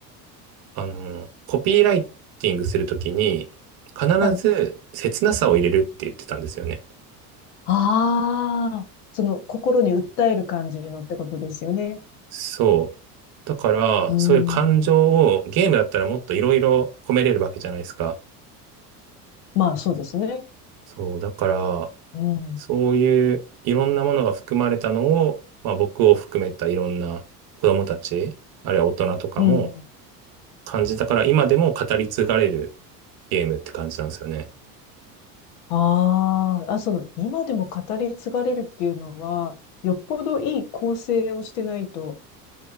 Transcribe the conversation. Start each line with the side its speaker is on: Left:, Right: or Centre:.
Right: あの、コピーライティングするときに、必ず切なさを入れるって言ってたんですよね。
Left: はい。ああ、その心に訴える感じのってことですよね。
Right: そう。だから、
Left: うー
Right: そういう感情をゲームだったらもっといろいろ込めれるわけじゃないですか。
Left: ん。まあそうですね。
Right: そう。だから、
Left: うん。
Right: そういういろんなものが含まれたのを、まあ僕を含めたいろんな子供たち、あるいは大人とかも
Left: うん。
Right: 感じたから、今でも語り継がれるゲームって感じなんですよね。
Left: ああ、あ、その、今でも語り継がれるっていうのは、よっぽどいい構成をしてないと